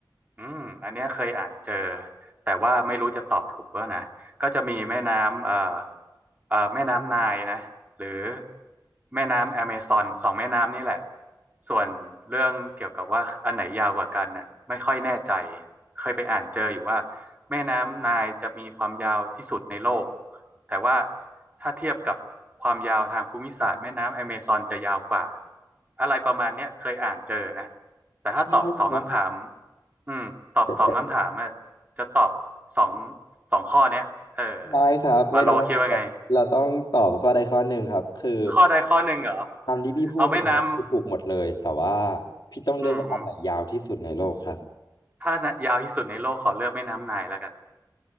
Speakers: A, on the right (about 25°); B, on the left (about 65°).
A: อืม อันเนี้ยเคยอ่านเจอ แต่ว่าไม่รู้จะตอบถูกแล้วนะก็จะมีแม่น้ำเอ่อเอ่อแม่น้ำไนล์นะหรือแม่น้ำแอเมซอนสองแม่น้ำนี่แหละส่วนเรื่องเกี่ยวกับว่าอันไหนยาวกว่ากันน่ะไม่ค่อยแน่ใจ เคยไปอ่านเจออยู่ว่าแม่น้ำไนล์จะมีความยาวที่สุดในโลก แต่ว่าถ้าเทียบกับความยาวทางภูมิศาสตร์แม่น้ำแอเมซอนจะยาวกว่าอะไรประมาณเนี้ยเคยอ่านเจอนะแต่ถ้าตอบสองคำถาม
B: ใช่ครับ
A: อืมตอบสองคำถามอะ
B: แต่แต่
A: จะตอบสองสองข้อเนี้ยเออ
B: ได้ครับไม่ได้ครับเราเราต้องตอบข้อใดข้อหนึ่งครับคือ
A: วาโลคิดว่าไงข้อใดข้อหนึ่งเหรอ
B: ตามที่พี่พูดมาคือถูกหมดเลยแต่ว่า
A: เอาแม่น้ำ
B: พี่ต้องเลือกว่าอันไหนยาวที่สุดในโลกครับ
A: อืมอืมถ้ายาวที่สุดในโลกขอเลือกแม่น้ำไนล์แล้วกัน